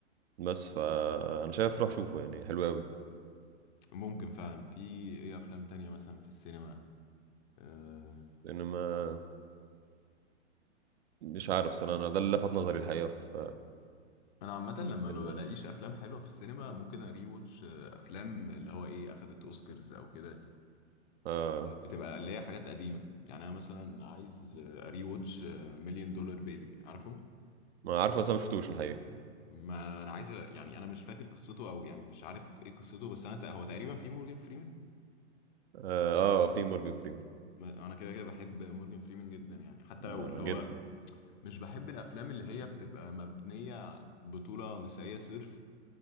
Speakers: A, on the right (about 60°); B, on the left (about 40°).
A: بس فانا شايف روح شوفه يعني حلو قوي
B: ممكن فعلا في ايه افلام تانية مثلا في السينما أه...
A: لان ما مش عارف صراحه انا ده اللي لفت نظري الحقيقه في
B: انا عامة لما
A: الفيلم
B: ما
A: يعني
B: بلاقيش افلام حلوة في السينما ممكن اري واتش افلام اللي هو ايه اخدت اوسكارز او كده
A: اه
B: بتبقى اللي هي حاجات قديمة يعني أنا مثلا عايز أري واتش مليون دولار بيبي عارفه؟
A: ما عارفه بس انا ما شفتوش الحقيقه
B: ما أنا عايز يعني أنا مش فاكر قصته أو يعني مش عارف إيه قصته بس أنا تق- هو تقريبا في مورجان فريمان
A: اه, آه في مورجان فريمان
B: ما- أنا كده كده بحب مورجان فريمان جدا يعني حتى لو
A: آه
B: اللي
A: جدا
B: هو مش بحب الأفلام اللي هي بتبقى مبنية بطولة نسائية صرف